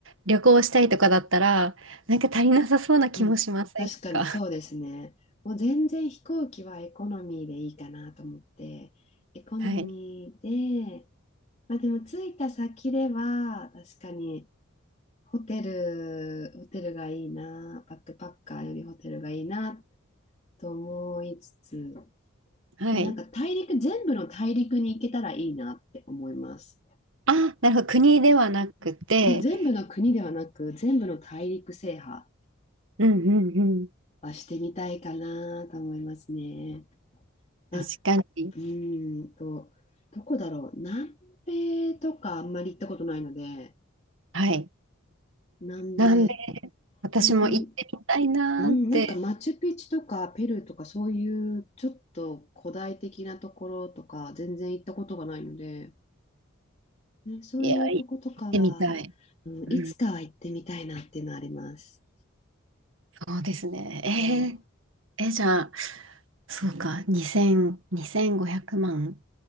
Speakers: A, on the right; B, on the left.
A: 旅行したいとかだったら、なんか足りなさそうな気もしませんか
B: うん、確かにそうですね。
A: <laughs>
B: もう全然飛行機はエコノミーでいいかなと思って、エコノミーで、
A: はい。
B: まあでも着いた先では、確かにホテル、ホテルがいいな、バックパッカーよりホテルがいいなと思いつつ、
A: はい。
B: まあ、なんか大陸、全部の大陸に行けたらいいなって思います。
A: あ、なるほど。国ではなくて、
B: 全部の国ではなく、全部の大陸制覇
A: うんうんうん。
B: はしてみたいかなと思いますね。あ、
A: 確かに。
B: うーんと、どこだろう。南米とかあんまり行ったことないので、
A: はい。
B: 南米、
A: 南米、私も行ってみたいなーって
B: 南米、うん、なんかマチュピチュとかペルーとかそういうちょっと古代的なところとか全然行ったことがないので、ね、そういうとことかは、
A: いや、い行ってみたい。
B: うん、
A: うん、
B: いつかは行ってみたいなっていうのはあります。
A: そうですね。
B: そう、
A: えー、え、じゃあ、そうか、2000、2500万